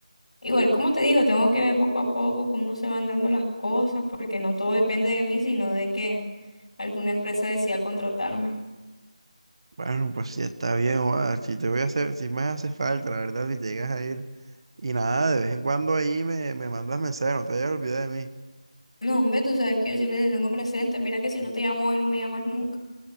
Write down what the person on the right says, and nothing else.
Bueno, pues sí, está bien, joda, Si te voy a hacer, si me hace falta, la verdad, si te llegas a ir. Y nada, de vez en cuando ahí me, me mandas mensajes, no te vayas a olvidar de mí.